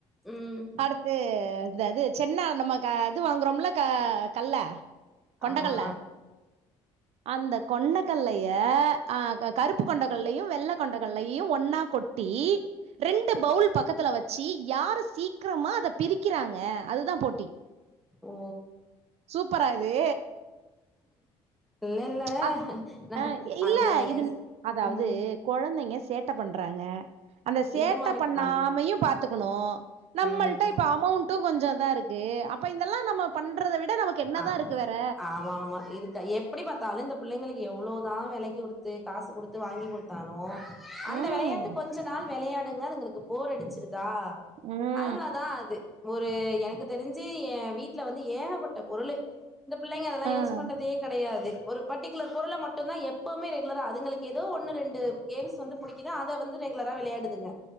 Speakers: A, in the centre; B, on the right.
A: ம்
B: அடுத்து இது அது சென்னா நம்ம அது வாங்குறோம்ல க கல்ல கொண்டகல்ல
A: ஆமா
B: அந்த கொண்டகல்லய ஆ கருப்பு கொண்டகல்லயு வெள்ள கொண்டகல்லயு ஒன்னா கொட்டி ரெண்டு பவுல் பக்கத் துல வச்சி யாரு சீக்ரமா அத பிரிக்கிறாங்க அதுதா போட்டி
A: ஓ
B: சூப்பரா இது
A: இல்ல இல்ல
B: அ
A: நா
B: ஆ இல்ல
A: அது
B: இது அதாவது
A: ம்
B: கொழந்தைங்க சேட்ட பண்றாங்க அந்த சேட்ட
A: இது மாரி
B: பண்ணாமையு
A: பண்
B: பாத்துக்கணு நம்மள்ட்ட
A: ம்
B: இப்ப அமௌண்ட்டு கொஞ்சதா இருக்கு அப்ப இதெல்லா நம்ம பண்றத விட நமக்கு என்னதா
A: ஆ
B: இருக்கு வேற
A: ஆமா ஆமா இருக்க எப் எப்டி பாத்தாலு இந்த பிள்ளைங்களுக்கு எவ்ளோதா வெலைக்கு குடுத்து காசு குடுத்து வாங்கி குடுத்தாலு அந்த
B: ம்
A: வெளையாட்டு கொஞ்ச நாள் வெளையாடுங்க அதுங்களுக்கு போர் அடிச்சிருதா
B: உம்
A: அதுவளதான் அது ஒரு எனக்கு தெரிஞ்சு என் வீட்டுல வந்து ஏகப்பட்ட பொருளு இந்த பிள்ளைங்க அதெல்லாம் யூஸ்
B: ஆ
A: பண்றதே கிடையாது ஒரு பர்டிகுலர் பொருளை மட்டும்தான் எப்பவுமே ரெகுலராக அதுங்களுக்கு ஏதோ ஒண்ணு ரெண்டு கேம்ஸ் வந்து பிடிக்கு இல்ல அதை வந்து ரெகுலரா விளையாடுதுங்க